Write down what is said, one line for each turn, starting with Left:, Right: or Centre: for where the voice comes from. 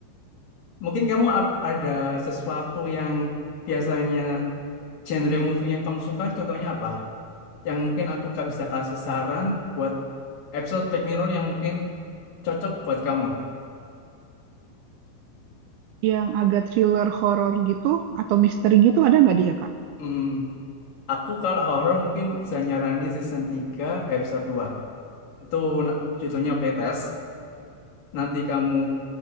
Left: Mungkin kamu ap- ada sesuatu yang biasanya genre movie yang kamu suka, contohnya apa? Yang mungkin aku gak bisa kasih saran buat episode Black Mirror yang mungkin cocok buat kamu.
Right: Yang agak thriller horor gitu atau misteri gitu ada nggak dia, Kak?
Left: Hmm, aku kalau horor mungkin bisa nyaranin season 3 episode 2. Itu na- judulnya Playtest. nanti kamu